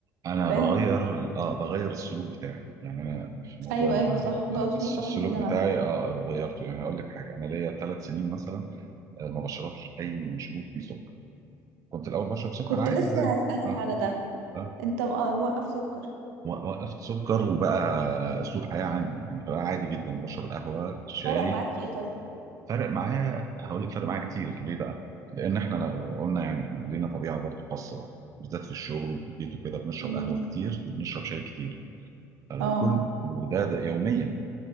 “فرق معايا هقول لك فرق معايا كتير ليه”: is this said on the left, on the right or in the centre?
Right